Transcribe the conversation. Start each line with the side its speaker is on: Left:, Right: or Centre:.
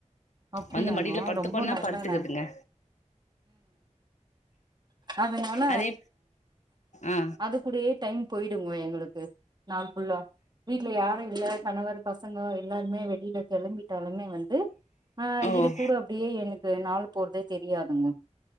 Right: அப்டியாங்கோ
Left: வந்து மடியில படுத்துக்கோனா
Right: ரொம்ப நல்ல
Left: படுத்துக்குதுங்க
Right: அதுனால
Left: அதே ஆ
Right: அது கூடயே டைம் போயி் ட்ருங்க எங்களுக்கு நாள் ஃபுல்லா வீட்ல யாரு இல்ல கணவர் பசங்கோ எல்லாருமே வெளில கெளம்பிட்டாலுமே வந்து ஆ இது
Left: ஓ
Right: கூட அப்டியே எனக்கு நாள் போறதே தெரியாதுங்க